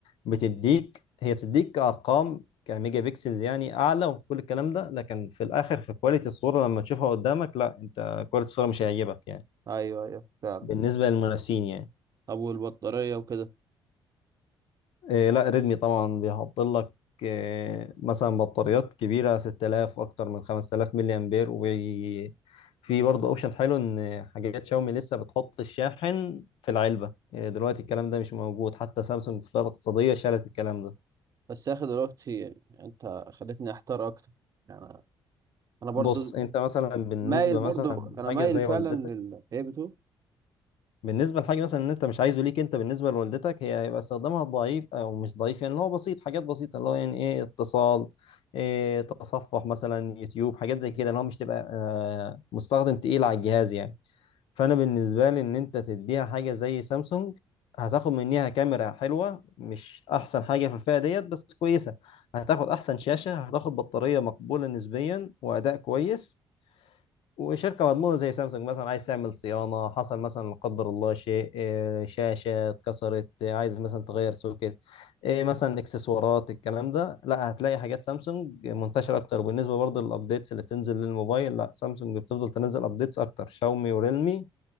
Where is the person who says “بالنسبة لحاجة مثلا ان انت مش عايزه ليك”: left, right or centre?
Left